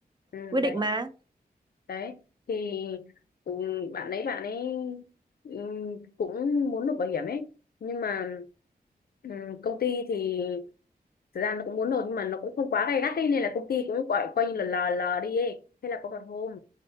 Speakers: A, on the left (about 70°); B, on the right (about 25°).
A: ừ,
B: Quy định
A: đấy
B: mà.
A: đấy thì ừ, bạn ấy bạn ấy ừ, cũng muốn nộp bảo hiểm ấy nhưng mà ừ, công ty thì thực ra nó cũng muốn nộp nhưng mà nó cũng không quá gay gắt ấy nên là công ty cũng gọi coi như là lờ lờ đi ấy thế là có một hôm